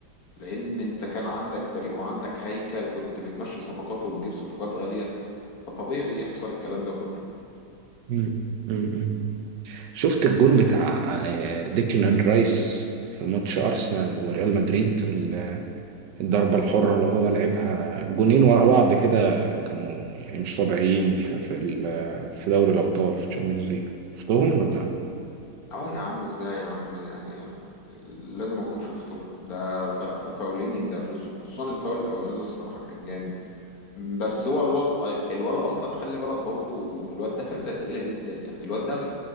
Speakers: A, on the left; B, on the right.
A: لان انت كان عندك فريق وعندك هيكل كنت بتمشي صفقات وبتجيب صفقات غاليه فطبيعي يحصل الكلام ده كله
B: مم. مم. شفت الجون بتاع آه، ديكلان رايس في ماتش أرسنال وريال مدريد ال- الضربة الحرة اللي هو لعبها جونين ورا بعض كده كانوا يعني مش طبيعيين في في, ال- في دوري الأبطال في الشامبيونز ليج شفتهم ولا؟
A: اه يا عم ازاي يا عم يعني لازم اكون شفته ده ف- ف- فاولين يتدرسوا خصوصا الفاول الاولاني ده الصراحه كان جامد بس هو الولا الولا اصلا خلي بالك برضو الواد ده فرده تقيله جدا يعني الواد ده